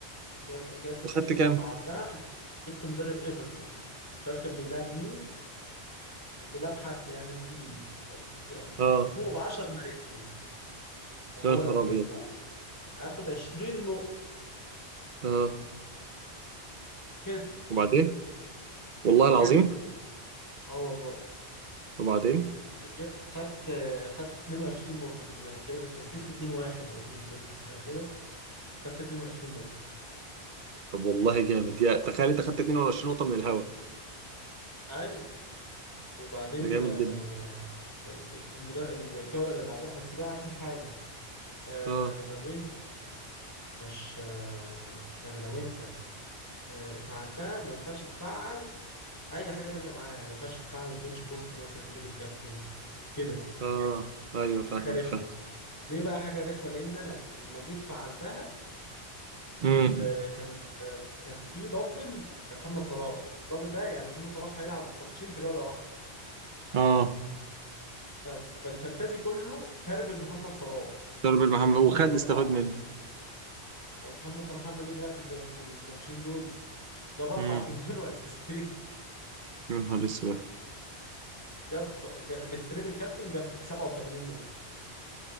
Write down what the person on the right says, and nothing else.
وخدت
كام؟
اه
يا نهار
ابيض
اه
وبعدين والله العظيم
وبعدين
طب والله جامد يا تخيل انت خدت 22 نقطة من الهوا
ده جامد
جدا
اه
اه ايوه
فاهمك
فاهم
امم
اه
ضرب المحمد وخد
استفاد منه
امم
يا نهار اسود